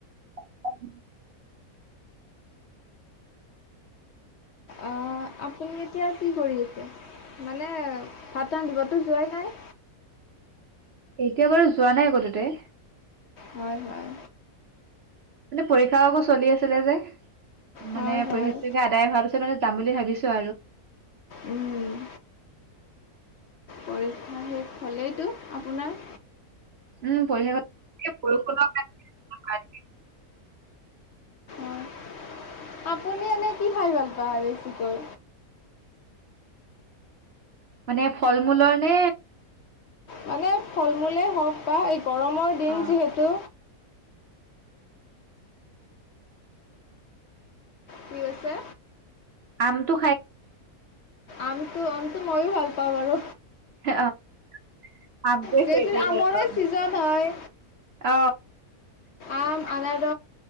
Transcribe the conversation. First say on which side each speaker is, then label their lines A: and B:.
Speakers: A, on the right; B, on the left.
A: <inaudible>
B: অ' আপুনি এতিয়া কি কৰি আছে, মানে ভাত ৰান্ধিবতো যোৱাই নাই?
A: এতিয়া বাৰু যোৱা নাই আকৌ তাতে।
B: হয় হয়।
A: মানে পৰীক্ষা আকৌ চলি আছিলে যে। মানে
B: হয় হয়
A: পৰীক্ষাটো আদায় হোৱাৰ পিছত, মানে যাম বুলি ভাবিছো। আৰু
B: উম। পৰীক্ষা শেষ হ'লেইতো আপোনাৰ?
A: উম পৰীক্ষা আগত, ই বৰষুণ কাৰণে
B: অ' আপুনি এনেই কি খাই ভাল পায় বেছিকৈ?
A: মানে ফল মূলৰ নে?
B: মানে ফল মূলে হওক বা গৰমৰ দিন
A: অ
B: যিহেতু কি কৈছে?
A: আমটো খাই
B: আমটো, আমটো ময়ো ভাল পাওঁ বাৰু।
A: অ'। আমটোৱে
B: যিহেতুটো
A: ফেভৰেট
B: আমৰে
A: আৰু
B: চিজন হয়।
A: অ
B: আম, আনা ন